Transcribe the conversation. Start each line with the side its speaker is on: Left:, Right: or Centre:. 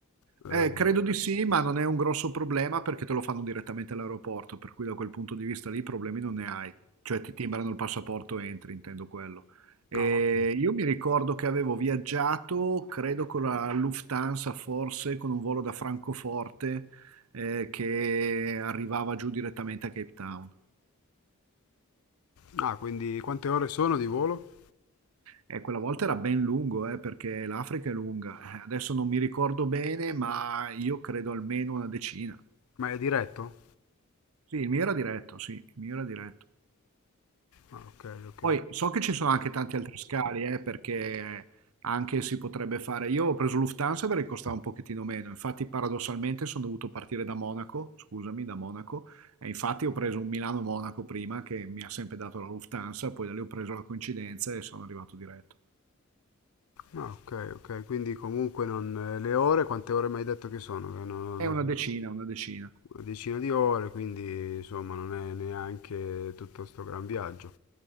Left: Eh,
Right: Eh, credo di sì, ma non è un grosso problema perché te lo fanno direttamente all'aeroporto, per cui da quel punto di vista lì problemi non ne hai, cioè ti timbrano il passaporto e entri, intendo quello. E
Left: no, ottimo.
Right: io mi ricordo che avevo viaggiato, credo con la Lufthansa, forse con un volo da Francoforte eh, che arrivava giù direttamente a Cape Town.
Left: Ah, quindi quante ore sono di volo?
Right: E quella volta era ben lungo, eh, perché l'Africa è lunga. Eh, Adesso non mi ricordo bene, ma io credo almeno una decina.
Left: Ma è diretto?
Right: Sì, il mio era diretto, sì, il mio era diretto.
Left: Ah, ok, ok.
Right: Poi so che ci sono anche tanti altri scali, eh, perché anche si potrebbe fare. Io ho preso Lufthansa perché costava un pochettino meno. Infatti, paradossalmente, sono dovuto partire da Monaco, scusami, da Monaco. E infatti ho preso un Milano-Monaco prima che mi ha sempre dato la Lufthansa, poi da lì ho preso la coincidenza e sono arrivato diretto.
Left: Ah, ok, ok. Quindi comunque non, eh, le ore, quante ore mi hai detto che sono? Che non- non-
Right: È
Left: non
Right: una
Left: so.
Right: decina, una decina.
Left: Una decina di ore, quindi insomma non è neanche tutto sto gran viaggio.